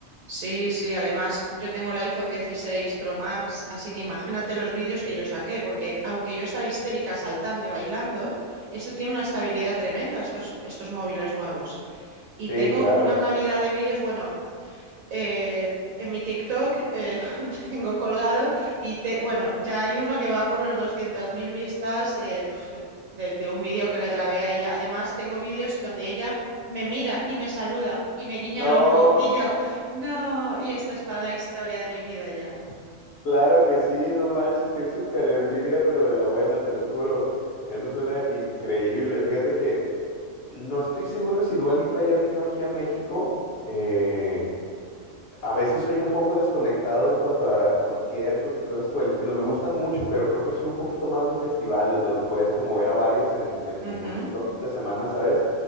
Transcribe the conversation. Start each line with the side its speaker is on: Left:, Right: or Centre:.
Right: Sí, sí, además yo tengo el iPhone 16 Pro Max, así que imagínate los vídeos que yo saqué, porque aunque yo estaba histérica saltando y bailando, esto tiene una estabilidad tremenda, estos, estos móviles nuevos. Y
Left: Sí,
Right: tengo
Left: claro.
Right: una calidad de vídeos, bueno. eh, en mi TikTok eh, <laughs> tengo colgado y te, bueno, ya hay uno que va por los 200.000 vistas eh, pf, de, de un vídeo que le grabé a ella. Además, tengo vídeos donde ella me mira y me saluda y me guiña
Left: No,
Right: el ojo y yo, no, y esto es para la historia de mi vida ya.
Left: claro que sí, no manches, que es súper envidia, pero de la buena, te lo juro. Eso suena increíble. Fíjate que no estoy seguro si Dua Lipa ya vino aquí a México. Eh, a veces soy un poco desconectado en cuanto a conciertos y cosas por el estilo. Me gustan mucho, pero creo que soy un poquito más de festivales, donde puedes como ver a varios en, en
Right: Ujú.
Left: un solo fin de semana, ¿sabes?